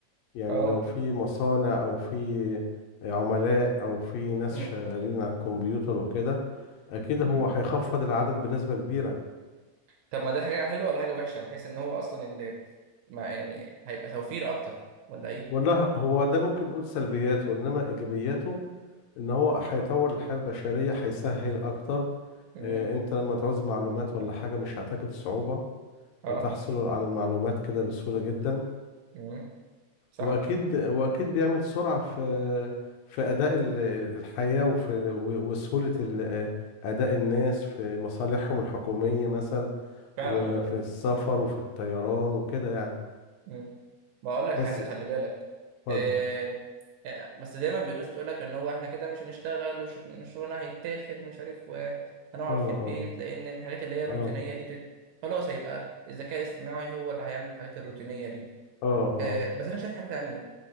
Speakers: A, on the left; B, on the right.
A: يعني
B: اه
A: لو في مصانع أو في عملاء أو في ناس
B: مم،
A: شغالين على الكمبيوتر وكده أكيد هو
B: مم.
A: هيخفض العدد بنسبة كبيرة
B: طب ما ده حاجة حلوة ولا حاجة وحشة بحيث ان هو اصلا اللي ما يعني هيبقى توفير اكتر ولا ايه
A: والله هو ده ممكن نقول سلبياته إنما إيجابياته إن هو هيطور الحياة البشرية هيسهل أكتر
B: امم
A: آه، أنت لما تعوز معلومات ولا حاجة مش هتجد صعوبة
B: اه
A: آه، تحصل على المعلومات كده بسهولة جدا
B: امم صح
A: واكيد واكيد بيعمل سرعه في في اداء ال- الحياه وفي و- وسهوله ال- اداء الناس في مصالحهم الحكوميه مثلا
B: فعلا
A: وفي
B: بجد
A: السفر وفي الطيران وكده يعني
B: امم بقول لك
A: بس
B: حاجة خلي بالك
A: اتفضل
B: إيه يعني بس دايما الناس تقول لك ان هو احنا كده مش هنشتغل والشغل- والشغلانه هيتاخد مش عارف وهنقعد
A: اه
B: في البيت
A: اه
B: لان الحاجات اللي هي الروتينية
A: اه
B: دي بتت... خلاص هيبقى الذكاء الاصطناعي هو اللي هيعمل الحاجات الروتينية دي
A: اه اه
B: آه بس انا شايف حاجة تانية